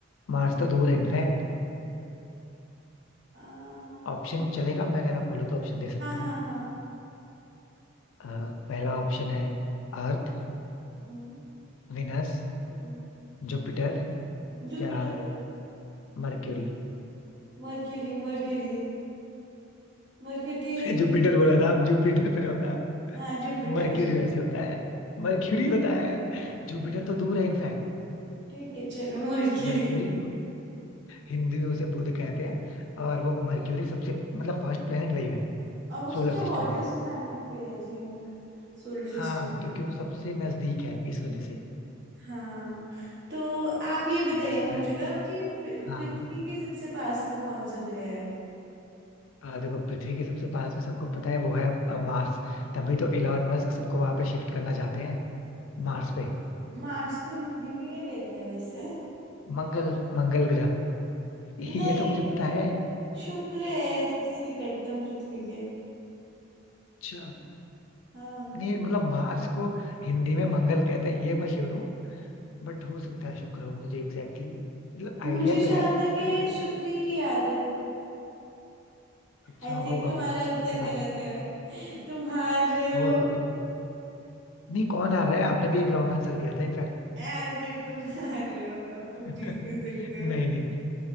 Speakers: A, on the left; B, on the right.
A: मार्स तो दूर है इनफैक्ट
B: हाँ
A: ऑप्शन चलेगा मैं अगर आप बोलो तो ऑप्शन दे सकता
B: हाँ
A: हूँ
B: हाँ
A: अ, पहला ऑप्शन है अर्थ
B: हम्म
A: विनस
B: हम्म
A: जुपिटर
B: जुपिटर
A: या मर्क्यूरी
B: Mercury Mercury मर्क्यूरी या
A: जुपिटर
B: जुपिटर
A: बोला था आप जुपिटर पे रहो ना
B: हाँ जुपिटर
A: मर्क्यूरी वैसे होता है मर्क्यूरी होता है जुपिटर
B: हाँ
A: तो दूर है इनफैक्ट
B: ठीक है चलो मर्क्यूरी
A: मर्क्यूरी हिंदी में उसे बुध कहते हैं और वो मर्क्यूरी सबसे मतलब फर्स्ट प्लेनेट वही है
B: और वो सबसे
A: सोलर सिस्टम
B: हॉटेस्ट
A: में
B: प्लैनेट पे है आई थिंक सोलर सिस्टम
A: हाँ क्योंकि
B: का
A: वो सबसे नजदीक है इस वजह से
B: हाँ तो आप ये बताइए
A: पता
B: मुझे
A: तो है आपको
B: अब कि पृ-
A: हाँ
B: पृथ्वी के सबसे पास में कौन सा ग्रह है
A: आ, देखो पृथ्वी के सबसे पास में सबको पता है वो है अ, मार्स तभी तो इलॉन मस्क सबको वहां पे शिफ्ट करना चाहते हैं मार्स पे
B: मार्स को हिंदी में क्या कहते हैं वैसे
A: मंगल मंगल ग्रह
B: नहीं
A: ये तो मुझे पता है
B: शुक्र है सबसे निकटतम पृथ्वी के
A: अच्छा
B: हाँ
A: नहीं मतलब मार्स को हिंदी में मंगल कहते हैं ये मैं श्योर बट हो सकता है शुक्र हो मुझे एग्जैक्टली exactly, मतलब आइडिया
B: मुझे
A: तो
B: जहां
A: है
B: तक है
A: क्योंकि
B: शुक्र ही याद है
A: अच्छा
B: आई थिंक
A: होगा
B: तुम्हारा
A: फिर
B: उत्तर
A: पता
B: गलत
A: नहीं
B: है तुम हार रहे हो
A: हो सकता है नहीं कौन आ रहा है आपने भी एक रॉन्ग आंसर दिया था इनफैक्ट
B: अरे तुम हार रहे हो अब अब तुम
A: <laughs>
B: जीत नहीं सकते
A: नहीं
B: हो
A: नहीं